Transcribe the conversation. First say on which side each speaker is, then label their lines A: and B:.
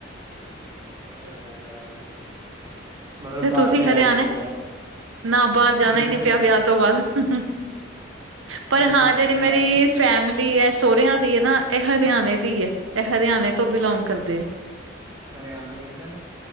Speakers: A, on the right; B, on the right.
A: ਹੂੰ ਹਨੇਰਾ ਜਿਹਾ ਆ ਗਿਆ। ਮਤਲਬ, ਬਾਹਰ
B: ਤੁਸੀਂ
A: ਤੇ
B: ਹਰਿਆਣੇ
A: ਜਾਣਾ ਹੀ ਨਹੀਂ ਪਿਆ।
B: ਨਾ ਬਾਹਰ
A: ਹਾਂਜੀ
B: ਜਾਣਾ ਹੀ ਨੀ
A: ਹਰਿਆਣਾ
B: ਪਿਆ, ਵਿਆਹ ਤੋਂ ਬਾਅਦ ਹੂੰ ਹੂੰ। ਪਰ
A: ਲੁਧਿਆਣੇ
B: ਹਾਂ! ਜਿਹੜੀ
A: ਮੈਂ
B: ਮੇਰੀ
A: ਵੈਸੇ
B: ਫੈਮਿਲੀ
A: ਹਮ
B: ਏ। ਸੁਹਰਿਆਂ ਦੀ ਏ ਨਾ, ਇਹ ਹਰਿਆਣੇ ਦੀ ਹੈ। ਇਹ ਹਰਿਆਣੇ ਤੋਂ ਬਿਲੋਂਗ ਕਰਦੇ ਆ।
A: ਹਰਿਆਣਾ ਕਿੱਧਰ?